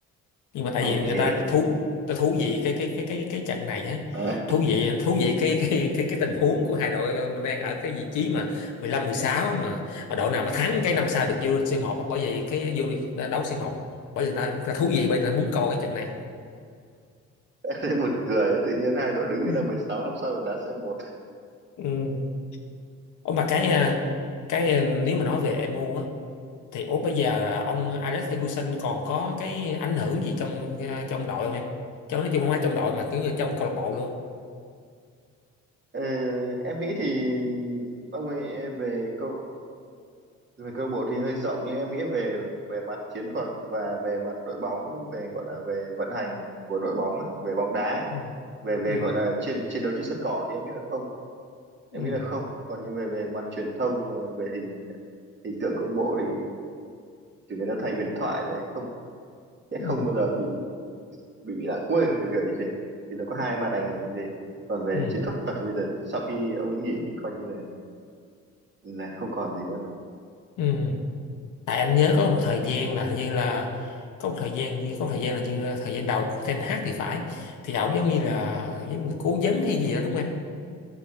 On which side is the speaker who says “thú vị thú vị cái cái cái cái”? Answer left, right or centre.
Left